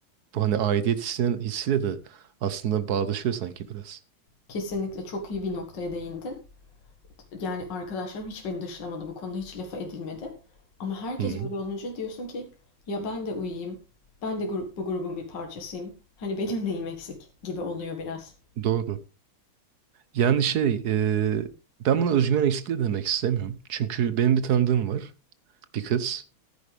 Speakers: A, on the right (about 60°); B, on the left (about 60°).
A: Bu hani aidiyet hissine, hissiyle de aslında bağdaşıyor sanki biraz.
B: Kesinlikle çok iyi bir noktaya değindin. Yani arkadaşlarım hiç beni dışlamadı. Bu konuda hiç lafa edilmedi. Ama herkes
A: Hı hı.
B: öyle olunca diyorsun ki ya ben de uyuyayım. Ben de grup, bu grubun bir parçasıyım. Hani benim neyim eksik gibi oluyor biraz.
A: Doğru. Yani şey, e, ben buna özgüven eksikliği demek istemiyorum. Çünkü benim bir tanıdığım var, bir kız,